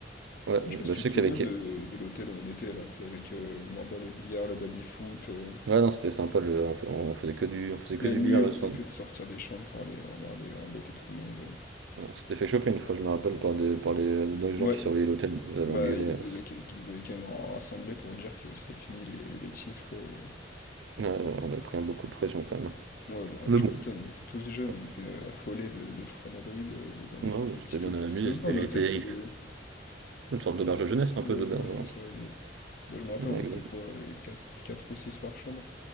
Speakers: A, on the right; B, on the left.
A: Ouais,
B: Je
A: je,
B: sais
A: bah,
B: pas si tu
A: je sais
B: te
A: qu'il
B: souviens
A: y avait
B: de,
A: Ke-
B: de l'hôtel où on était, là, tu sais, avec euh, Mamba le billard, le baby-foot. euh,
A: Ouais, non, c'était sympa, le, on, fais- on faisait que du, on faisait
B: La
A: que du
B: nuit,
A: billard
B: on
A: le
B: faisait
A: soir.
B: que de sortir des chambres pour aller emmerder, embêter tout le monde.
A: On s'était fait choper une fois, je me rappelle, par, des, par les, dans les gens
B: Ouais,
A: qui surveillaient l'hôtel, ils nous avaient
B: bah,
A: engueulé.
B: ils nous
A: euh, parce
B: avaient, qui nous avaient quand même rassemblés pour dire que c'était fini les, les bêtises, quoi. et-
A: que- ouais, on a pris un beaucoup de pression quand même.
B: Ouais, bah,
A: Mais
B: tu
A: bon,
B: m'étonnes, on était tous jeunes,
A: ouais,
B: on était affolés de- d'être à Madrid, euh, dans un
A: ouais,
B: espèce
A: on
B: de petit
A: s'était bien
B: hôtel.
A: amusé,
B: C'était même
A: c'était
B: pas un
A: l'été,
B: hôtel, c'était...
A: il fait- une sorte d'auberge de jeunesse, un peu
B: Ouais,
A: d'auberge.
B: voilà, c'est
A: hein, un
B: ça,
A: truc.
B: exact. Bah, je me rappelle,
A: Ouais,
B: on était quoi, les quatre quatre ou 6 par chambre?